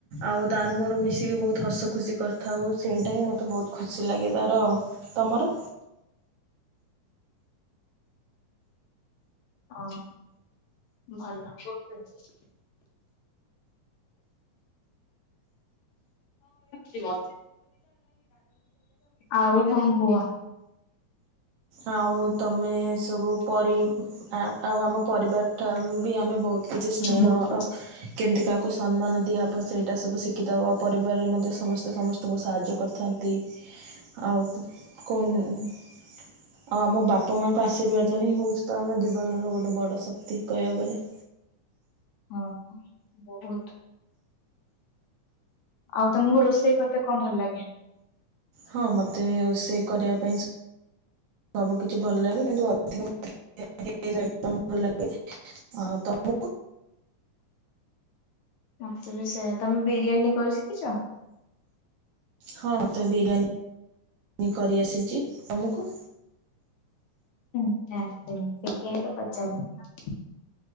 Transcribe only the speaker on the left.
ଅଁ। ଭଲ <unintelligible> ହଁ ଏଇଠି ଥିବ। ଆଉ କଣ କୁହ?
ହଁ ପା।
ହଁ ହଁ ବହୁତ୍। ଆଉ ତମକୁ ରୋଷେଇ କରତେ କଣ ଭଲ ଲାଗେ?
ମତେ ବି ସେଇୟା। ତମେ ବିରିୟାନୀ କରି ଶିଖିଚ?
ମତେ ଆସିନି। ସେଇଥିପାଇଁ ତ ପଚାରିଲି।